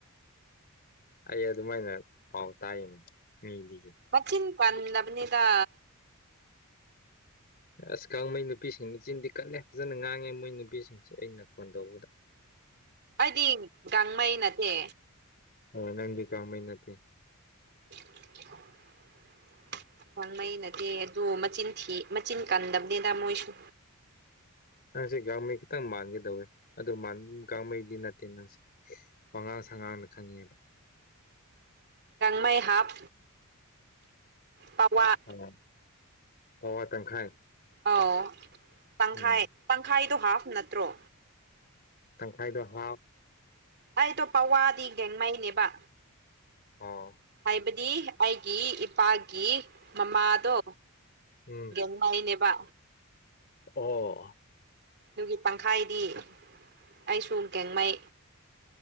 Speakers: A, on the left; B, on the right.
A: ꯑꯩ ꯑꯗꯨꯃꯥꯏꯅ ꯄꯥꯎ ꯇꯥꯏꯅꯦ ꯃꯤꯗꯒꯤ
B: ꯃꯆꯤꯟ ꯄꯥꯜꯂꯕꯅꯤꯗ
A: ꯑꯁ ꯒꯥꯡꯃꯩ ꯅꯨꯄꯤꯁꯤꯡ ꯃꯆꯤꯟꯗꯤ ꯀꯜꯂꯦ ꯐꯖꯅ ꯉꯥꯡꯉꯦ ꯃꯣꯏ ꯅꯨꯄꯤꯁꯤꯡꯁꯦ ꯑꯩꯅ ꯐꯣꯟ ꯇꯧꯕꯗ
B: ꯑꯩꯗꯤ ꯒꯥꯡꯃꯩ ꯅꯠꯇꯦ
A: ꯍ ꯅꯗꯤ ꯀꯥ ꯃ ꯅꯗꯤꯦ
B: ꯑ ꯈꯥꯡꯃꯩꯅꯠꯇꯦ ꯑꯗꯨ ꯃꯆꯤꯟ ꯊꯤ ꯃꯆꯤꯟ ꯀꯟꯗꯕꯅꯤꯗ ꯃꯣꯏꯁꯨ
A: ꯅꯪꯁꯦ ꯒꯥꯡꯃꯩ ꯈꯤꯇꯪ ꯃꯥꯟꯒꯗꯧꯋꯦ ꯑꯗꯨ ꯒꯥꯡꯃꯩꯗꯤ ꯅꯠꯇꯦ ꯅꯪꯁꯦ ꯋꯥꯉꯥꯡ ꯁꯉꯥꯡꯅ ꯈꯪꯉꯦꯗꯣ
B: ꯃꯥꯏ ꯍꯥꯞ ꯄꯋꯥ
A: ꯑꯥ ꯍꯋꯥ ꯇꯪꯈꯥꯏ
B: ꯑꯥꯎ ꯇꯪꯈꯥꯏ
A: ꯎꯝ
B: ꯄꯪꯈꯥꯏꯗꯣ ꯍꯥꯞ ꯅꯠꯇ꯭ꯔꯣ
A: ꯇꯪꯈꯥꯏꯗ ꯍꯥꯞ
B: ꯑꯩꯗꯣ ꯄꯋꯥꯗꯤꯒꯦꯡꯉꯩꯅꯦꯕ
A: ꯑꯣ
B: ꯍꯥꯏꯕꯗꯤ ꯑꯩꯒꯤ ꯏꯄꯥꯒꯤ ꯃꯃꯥꯗꯣ
A: ꯎꯝ
B: ꯉꯅꯦꯕ
A: ꯑꯣ
B: ꯑꯗꯨꯒꯤ ꯇꯪꯈꯥꯏꯗꯤ ꯑꯩꯁꯨ ꯒꯦꯡꯉꯩ